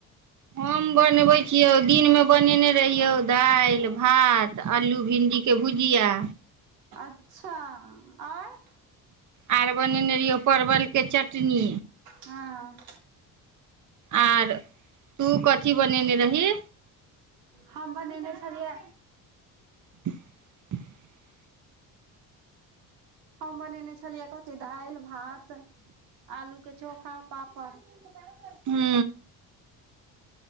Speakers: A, on the right; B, on the right.
A: हम बनबैत छियौ दिनमे बनेने रहियौ दालि भात तऽ आलू भिण्डीके भुजिया
B: अच्छा आओर
A: आर बनेने रहियौ परवल के चट टनी
B: हँ
A: आर तू कथी बनेने रही
B: हम बनेने छलियै
A: <inaudible>
B: हम बनेने छोलिये कथी दएल भात आलू चोखा पापड
A: हू